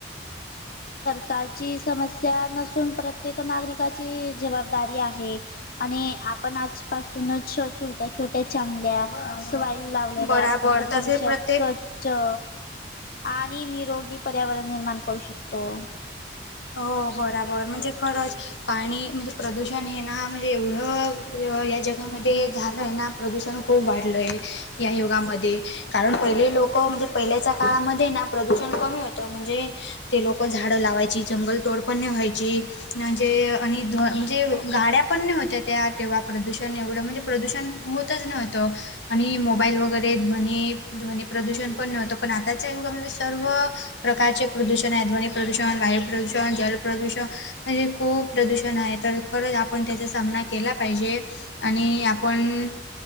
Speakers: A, on the left; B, on the left.
A: कारची समस्या नसून प्रत्येक नागरिकाची जबाबदारी आहे. आणि आपण आजपासून. छोट्या छोट्या चांगल्या स्वाईल लावलेल्या
B: बराबर
A: तर
B: तसे
A: भविष्यात
B: प्रत्येक
A: च आणि निरोगी पर्यावरण निर्माण करू शकतो.
B: हो बरोबर म्हणजे खरंच पाणी म्हणजे. प्रदूषण हे ना म्हणजे एवढं या जग. युगमध्ये झालंय ना प्रदूषण खूप वाढलंय या युगामध्ये. कारण पहिले लोक म्हणजे पहिल्याच्या काळामध्ये ना प्रदूषण कमी होतं म्हणजे. ते लोक झाडं लावायची जंगल तोड पण व्हायची. म्हणजे आणि म्हणजे गाड्या पण नाही होत्या त्या तेव्हा प्रदूषण एवढं म्हणजे प्रदूषण. होतच नव्हतो. आणि मोबाईल वगैरे ध्वनी ध्वनी प्रदूषण पण नव्हतं पण आताच्या युगामध्ये सर्व. प्रकारचे प्रदूषण आहे ध्वनी प्रदूषण वायू प्रदूषण जल प्रदूषण. म्हणजे खूप प्रदूषण आहे तर खरंच आपण त्याचा सामना केला पाहिजे. आणि आपण